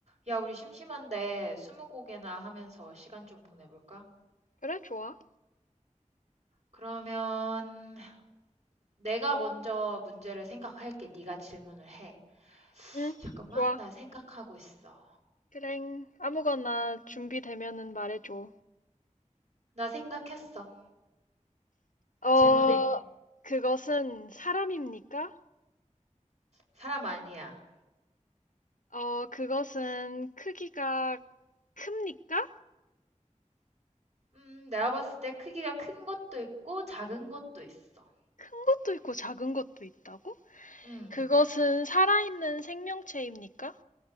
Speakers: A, on the right (about 60°); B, on the left (about 85°).
A: 야, 우리 심심한데 스무고개나 하면서 시간 좀 보내볼까?
B: 그래, 좋아.
A: 그러면 내가 먼저 문제를 생각할게. 네가 질문을 해.
B: 응.
A: 잠깐만,
B: 좋아.
A: 나 생각하고 있어.
B: 그랭. 아무거나
A: 음,
B: 준비되면은 말해줘.
A: 나 생각했어.
B: 뭐,
A: 질문해.
B: 어, 그것은 사람입니까?
A: 사람 아니야.
B: 어, 그것은 크기가 큽니까?
A: 음, 내가 봤을 때 크기가 큰 것도 있고 작은 것도 있어.
B: 큰 것도 있고 작은 것도 있다고?
A: 음,
B: 그것은 살아있는 생명체입니까?